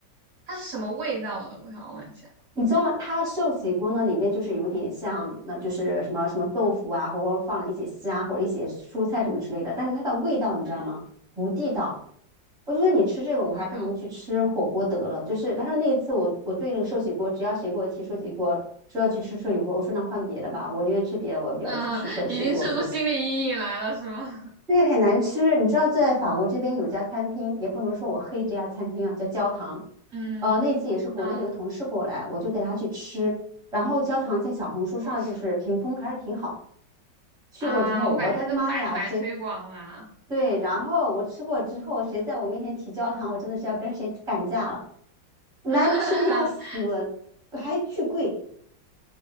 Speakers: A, on the right; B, in the centre.
A: 它是什么味道的？我想问一下，
B: 你知道吗？它的寿喜锅呢，里面就是有点像，那、就是什么什么豆腐啊，或者放了一些虾或者一些蔬菜什么之类的，但是它的味道你知道吗？
A: 嗯，
B: 不地道。我觉得你吃这个，
A: 什么味道？
B: 我还不如去吃火锅得了。就是反正那一次我，我对那个寿喜锅，只要谁给我提寿喜锅，说要去吃寿喜锅，我说那换别的吧，我宁愿吃别的，我也不要去吃寿喜锅这种。
A: 嗯，已经吃出心理阴影来了是吗？<laughs>
B: 个很难吃。你知道，在法国这边有一家餐厅，也不能说我黑这家餐厅啊，叫焦糖。
A: 嗯
B: 呃，那次也是国内的一个同事过来，
A: 啊，不
B: 我就带他去吃。然后焦糖在小红书上就是评分还是挺好的。
A: 好吃
B: 去过之后，
A: 啊，我感觉他都买买推广啦。
B: 我的妈呀，谁对？然后我吃过之后，谁在我面前提焦糖，我真的是要跟谁干架了，难吃的要死，
A: <laughs>
B: 还巨贵，